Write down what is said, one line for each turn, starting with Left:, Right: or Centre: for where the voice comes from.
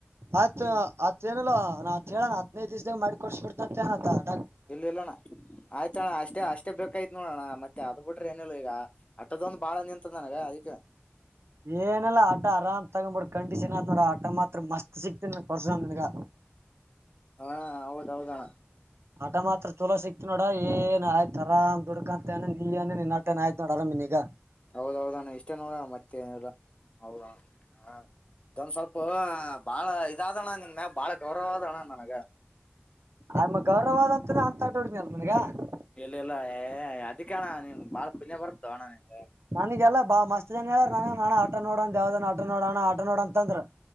Right: ಆತ್
Left: ಹ್ಮ್
Right: ಆತ್ ಚೆನಿಲ್ಲ ನಾವ ಕೇಳಣ ಹದನೈದು ದಿವಸದಾಗ ಮಾಡ ಕೊಡ್ಸ್ ಬಿಡ್ತತ್ತೇನತ್ತಗ
Left: ಇಲ್ಲಿ ಇಲ್ಲಣ್ಣ ಆಯ್ತ ಅಣ್ಣ ಅಷ್ಟೇ ಅಷ್ಟೇ ಬೇಕಾಯ್ತತ್ ನೋಡೋಣ್ಣ ಮತ್ತೆ ಅದ್ ಬಿಟ್ರೆ ಏನಿಲ್ಲ ಈಗ ಆಟೋದ ಒಂದು ಬಾಳ ನಿಂತದ ನನಗ ಅದಕ
Right: ಏನಿಲ್ಲ ಆಟೋ ಆರಾಮ್ ತಗೊಂಡ್ಬಿಡ್ ಕಂಡೀಷನ್ ಆತ್ ನೋಡು ಆಟೋ ಮಾತ್ರ ಮಸ್ತ್ ಸಿಕ್ತನ ಪರ್ಶಂತ್ನಿಗ
Left: ಹಾ ಹೌದೌಹೌದ ಅಣ್ಣ
Right: ಆಟೋ ಮಾತ್ರ ಚಲೋ ಸಿಕ್ತಿ ನೋಡ ಏನ್ ಆಯ್ತು ಆರಾಮ್ ದುಡ್ಕಂತನೆ <unintelligible> ನಿನ್ ಆಯ್ತ್ ನೋಡ ಅರಾಮಿನೀಗ
Left: ಹೌದೌಹೌದಣ್ಣ ಇಷ್ಟ ನೋಡ ಅಣ ಮತ್ತೆ ಏನಿಲ್ಲ ಹೌದ ಹಾ ಒಂದ್ ಸ್ವಲ್ಪ ಬಾಳ ಇದಾದಣ್ಣ ನಿನ್ ಬಾಳ ಗೌರವ ಅದಣ್ಣ ನನಗ
Right: ಆತ್ಮ ಗೌರವಾದಂತ ಅಂತ ದುಡಿಮೆ ಅಲ ನನಗ <unintelligible>
Left: ಇಲ್ಲ ಇಲ್ಲ ಏ ಅದಕ್ಕೆ ಅಣ ನಿಮ್ ಬಾಳ ಪುಣ್ಯ ಬರ್ತ ಅಣ್ಣ ನಿಮ್ಗೆ
Right: ನನಗೆಲ್ಲಾ ಬಾ ಮಸ್ತ್ ಜನ ಹೇಳೆರಾ <unintelligible> ಆಟೊ ನೋಡೊಂದ್ ಯಾವ್ದಾನ ಆಟೋ ನೋಡಣ್ಣ ಆಟೋ ನೋಡೋ ಅಂತಂದ್ರ್